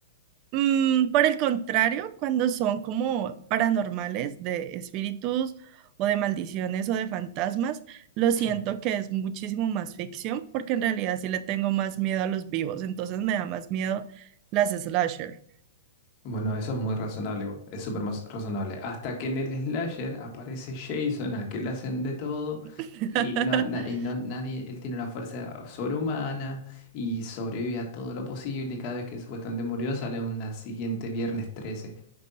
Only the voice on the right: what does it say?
Mm, por el contrario, cuando son como paranormales de espíritus o de maldiciones o de fantasmas, lo siento
que es muchísimo más ficción porque en realidad sí le tengo más miedo a los vivos, entonces me da más miedo las slasher.
<laughs>